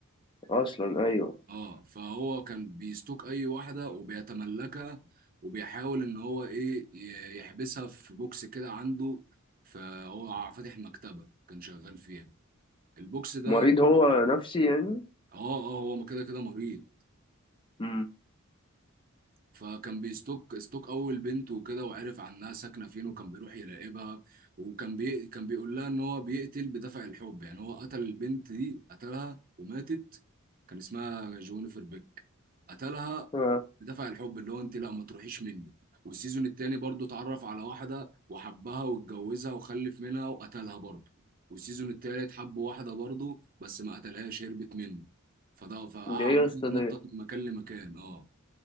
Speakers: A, on the left; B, on the right.
A: اصلا ايوه
B: اه فهو كان بيستوك اي واحده وبيتملكها وبيحاول ان هو ايه ي- يحبسها في بوكس كده عنده فهو فاتح مكتبه كان شغال فيها البوكس ده
A: مريض
B: كان
A: هو نفسي يعني
B: اه اه هو كده كده مريض
A: امم
B: فكان بيستوك استوك اول بنت وكده وعرف عنها ساكنه فين وكان بيروح يراقبها وكان بي... كان بيقول لها ان هو بيقتل بدافع الحب يعني هو قتل البنت دي قتلها وماتت كان اسمها جونيفر بيك قتلها
A: آه.
B: بدافع الحب اللي هو انت لا ما تروحيش مني والسيزون التاني برضه اتعرف على واحده وحبها واتجوزها وخلف منها وقتلها برضه والسيزون التالت حب واحده برضه بس ما قتلهاش هربت منه فده فقعد
A: ده ايه
B: عمال
A: يا اسطى
B: يتنطط
A: ده
B: من مكان لمكان اه